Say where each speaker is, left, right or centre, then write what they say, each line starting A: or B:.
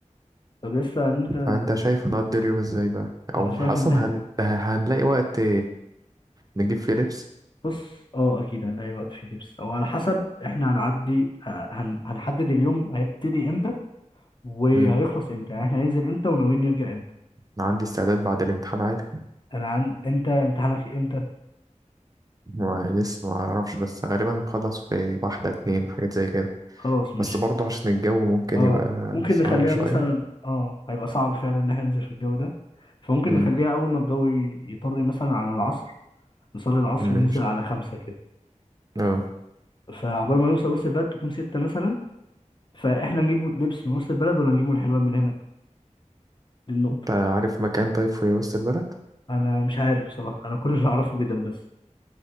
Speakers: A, on the left (about 35°); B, on the right (about 30°).
A: طب لسه انت
B: فانت شايف هنقضي اليوم ازاي بقى او
A: انا شايف
B: اصلا
A: ان احنا
B: هن... هنلاقي وقت نجيب فيه لبس
A: بص اه اكيد هنلاقي وقت فيه دبس او على حسب احنا هنعدي ه- هن... هنحدد اليوم هيبتدي امتى وهيخلص
B: مم.
A: امتى يعني احنا هننزل امتى وناويين نرجع امتى
B: أنا عندي استعداد بعد الامتحان عادي
A: انا عن انت امتحانك امتى
B: ما لسه ما اعرفش بس غالبا نخلص في واحدة اتنين حاجات زي كده
A: خلاص ماشي
B: بس برضه عشان الجو ممكن
A: اه
B: يبقى
A: ممكن
B: صعب
A: نخليها
B: شوية
A: مثلا اه هيبقى صعب فعلا ان احنا ننزل في الجو ده فممكن
B: مم.
A: نخليها اول ما الجو ي- يطري مثلا على العصر نصلي العصر
B: ماشي
A: وننزل على خمسة كده
B: اه
A: فعقبال ما نوصل وسط البلد تكون ستة مثلا فاحنا نجيب لبس من وسط البلد ولا نجيبه من الحلوان من هنا دي النقطة
B: انت عارف مكان طيب في وسط البلد
A: انا مش عارف بصراحة انا كل اللي اعرفه بدل بس